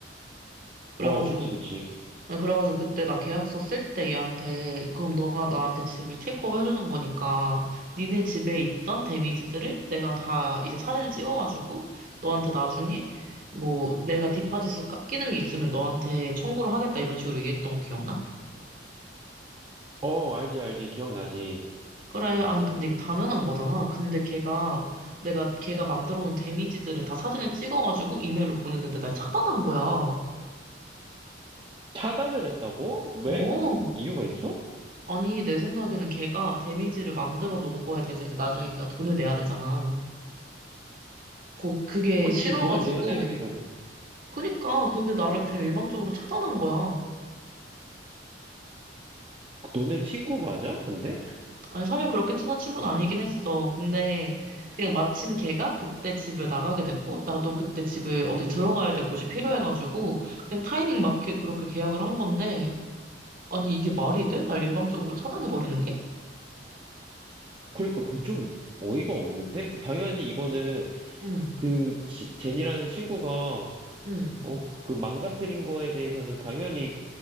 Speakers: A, on the right; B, on the right.
A: 그래가지고,
B: 어, 그치, 그치.
A: 아니, 그래가지고 그때 나 계약서 쓸 때 얘한테, 그럼 너가 나한테 집을 테이크오버 해주는 거니까, 니네 집에 있던 데미지들을 내가 다 이제 사진을 찍어가지고, 너한테 나중에, 뭐, 내가 디파짓에서 깎이는 게 있으면 너한테 청구를 하겠다 이런 식으로 얘기했던 거 기억나?
B: 어, 알지, 알지. 기억나지.
A: 그래, 아니, 근데 이게 당연한 거잖아. 근데 걔가, 내가 걔가 만들어 놓은 데미지들을 다 사진을 찍어가지고 이메일로 보냈는데 날 차단한 거야.
B: 차단을 했다고? 왜?
A: 어.
B: 이유가 있어?
A: 아니, 내 생각에는 걔가 데미지를 만들어 놓은 거에 대해서 이제 나중에 걔가 돈을 내야 되잖아. 거, 그게
B: 그치,
A: 싫어가지고.
B: 돈을 내야 되는 게 맞는 거.
A: 그니까, 근데 나를 그냥 일방적으로 차단한 거야.
B: 너네 친구 맞아? 근데?
A: 아니, 사실 그렇게 친한 친구는 아니긴 했어. 근데 그냥 마침 걔가 그때 집을 나가게 됐고, 나도 그때 집을 어디 들어가야 될 곳이 필요해가지고, 그냥 타이밍 맞게 그렇게 계약을 한 건데, 아니, 이게 말이 돼? 날 일방적으로 차단해버리는 게?
B: 그러니까 그건 좀 어이가 없는데? 당연히 이거는
A: 응,
B: 그 지- 제니라는 친구가
A: 응.
B: 어, 그 망가뜨린 거에 대해서는 당연히